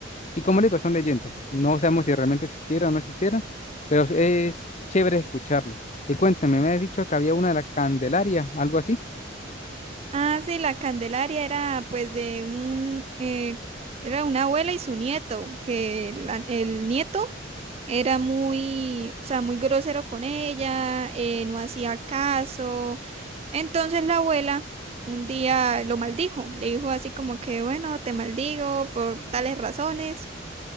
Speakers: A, on the left; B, on the right.
A: Y como le digo, son leyendas. No sabemos si realmente existieron o no existieron, pero es chévere escucharla. Y cuéntame, me has dicho que había una de la Candelaria, algo así.
B: Ah, sí, la Candelaria era pues de un, eh, era una abuela y su nieto, que la- el nieto era muy, o sea, muy grosero con ella, eh, no hacía caso. Entonces la abuela un día lo maldijo, le dijo así como que, bueno, te maldigo por tales razones.